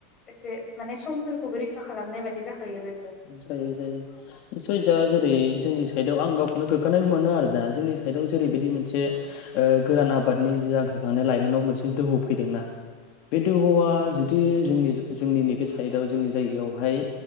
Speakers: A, on the left (about 20°); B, on the left (about 45°).
A: एसे माने समफोरखौबो रैखा खालामनाय बायदि। बिदि जाखायो आरो
B: जायो जायो सैसा जेरै जोंनि साइडआव आं गावखौनो गोग्गानायबो मोनो आरो दा जोंनि साइडआव जेरैबायदि मोनसे ओ गोरान आबादनि जांख्रिखांनाय लाइमोनाव मोनसे दोहौ फैदोंना बे दोहौआ जुदि जोंनि जोंनि नैबे साइदआव जोंनि जायगायावहाय